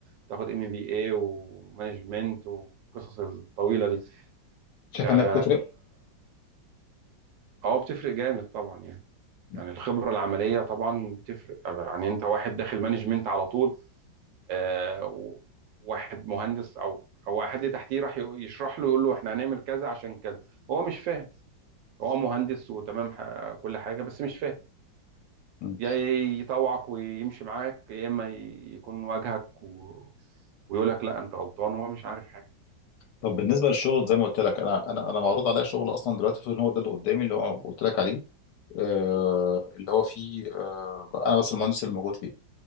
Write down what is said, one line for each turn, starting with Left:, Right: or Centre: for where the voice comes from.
Right: وتاخد ام بي اي ومانجمنت والقصص الطويلة دي
Left: شايف
Right: يعني
Left: انها بتفرق
Right: اه بتفرق جامد طبعا يعني
Left: لا
Right: يعني الخبرة العملية طبعا بتفرق يعني انت واحد داخل مانجمنت على طول آه و- واحد مهندس او او حد تحتيه راح يق- يشرح له يقول له احنا هنعمل كذا عشان كذا هو مش فاهم هو مهندس وتمام ح- كل حاجة بس مش فاهم
Left: مم.
Right: يا يطوعك ويمشي معاك يا اما ي- يكون واجهك و... ويقول لك لا انت غلطان وهو مش عارف حاجه
Left: طب بالنسبه للشغل زي ما قلت لك انا انا انا معروض عليا شغل اصلا دلوقتي المفروض ان هو ده اللي قدامي اللي هو قلت لك عليه آه، اللي هو فيه آه، انا بس المهندس اللي موجود فيه